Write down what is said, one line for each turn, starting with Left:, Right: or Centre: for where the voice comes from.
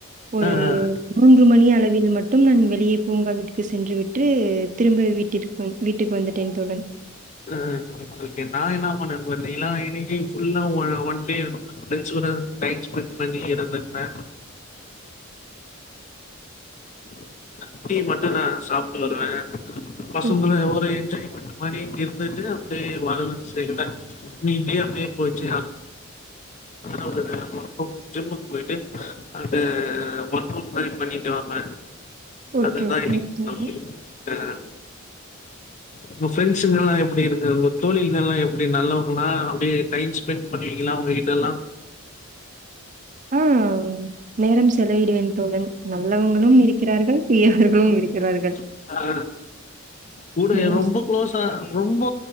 Right: ஒரு
Left: அ அ
Right: மூன்று மணி அளவில் மட்டும் நான் வெளியே பூங்கா வீட்டுக்கு சென்று விட்டு திரும்ப வீட்டிற்க்கு வீட்டுக்கு வந்துட்டேன் தோழன்
Left: ஆஹ் ஓகே ஓகே நா என்னா பண்ணிர்ப்பே <unintelligible> இன்னிக்கு ஃபுல்லா வொ ஒன் டே ஃபிரண்ட்ஸ்களோட டைம் ஸ்பெண்ட் பண்ணி இருந்திருப்பே <inaudible> டீ மட்டு நா சாப்ட்டு வருவே பசங்களு
Right: ம்.
Left: எவ்ளோ தா <unintelligible> மணிக்கு இல்ல எப்டி தா இப்டி <inaudible> நீங்கி அப்டியே போச்சி <inaudible> ஜிம்முக் போய்ட்டு அப்டியே ஒர்க்கவுட் மாரி பண்ணிட்டு வாங்க
Right: ஓகே,
Left: அது தா
Right: ஓகேங்க
Left: இன்னிக்
Right: தோழன்.
Left: <unintelligible> ஆஹ் உங்க ஃபிரண்ட்ஸுகெல்லா எப் எப்டி இருக்கு உங்க தோழிகளெல்லா எப்டி நல்லவங்களா அப்டியே டைம் ஸ்பெண்ட் பண்ணுவீங்களா அவங்ககிட்டலா
Right: ஆ நேரம் ஸ் செலவிடுவேன் தோழன் நல்லவங்களு இருக்கிறார்கள் தீயவர்களும்
Left: ம்
Right: இருக்கிறார்கள்.
Left: ஆ கூட
Right: ம்.
Left: ரொம்ப க்ளோஸா ரொம்ப